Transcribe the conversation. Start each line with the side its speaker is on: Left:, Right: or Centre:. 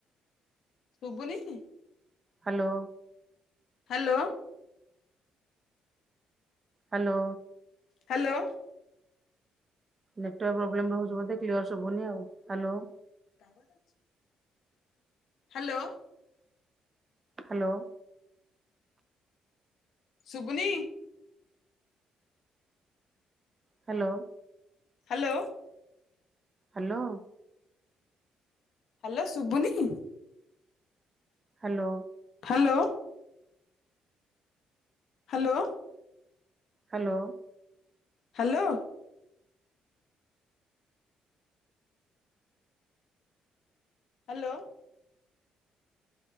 Left: ଶୁବୁନିକି?
Right: Hello.
Left: Hello.
Right: Hello.
Left: Hello.
Right: Network problem ରହୁଛି ବୋଧେ କ୍ଲିଅର ଶୁବୁନି ଆଉ ହ୍ୟାଲୋ।
Left: ତାବାର ଅଛି। ହ୍ୟାଲୋ।
Right: ହ୍ୟାଲୋ।
Left: ଶୁବୁନି?
Right: ହ୍ୟାଲୋ।
Left: ହ୍ୟାଲୋ।
Right: ହ୍ୟାଲୋ।
Left: ହ୍ୟାଲୋ ଶୁବୁନି?
Right: Hello.
Left: Hello. Hello.
Right: Hello.
Left: Hello. Hello.